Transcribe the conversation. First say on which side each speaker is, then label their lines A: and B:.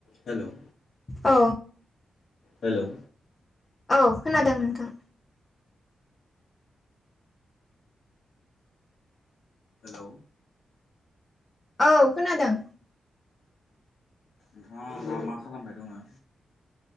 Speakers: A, on the left; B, on the left.
A: Hello
B: औ
A: hello
B: औ खोनादों नोंथां।
A: हेलौ
B: औ खोनादों।
A: नोंथाङा दा मा खालामबाय दङो?